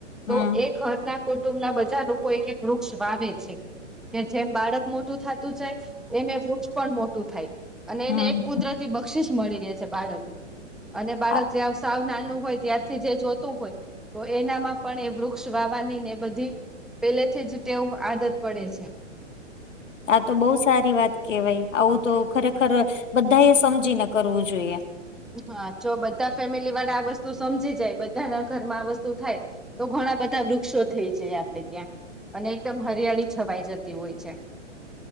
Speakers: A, on the left; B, in the centre.
A: હમ
B: તો એ ઘરના કુટુંબના બધા લોકો એક એક વૃક્ષ વાવે છે. કે જેમ બાળક મોટું થતું જાય એને વૃક્ષ પણ મોટું થાય. અને
A: હમ
B: એને એક કુદરતી બક્ષીસ મળી રહે છે બાળકને અને બાળક
A: આ
B: જ્યાં સાવ નાનું હોય ત્યાં જે જોતું હોય તો એનામાં પણ એ વૃક્ષ વા વાની ને બધી પેલેથી જ ટેવ આદત પડે છે.
A: આ તો બઉ સારી વાત કેવાય, આવું તો ખરેખર બધા એ સમજીને કરવું જોઈએ.
B: હા ચ બધા ફેમિલી વાળા આ વસ્તુ સમજી જાય બધાના ઘરમાં આ વસ્તુ થાય તો ઘણા બધા વૃક્ષો થઈ જાય આપડે ત્યાં અને એકદમ હરિયાળી છવાઈ જતી હોય છે.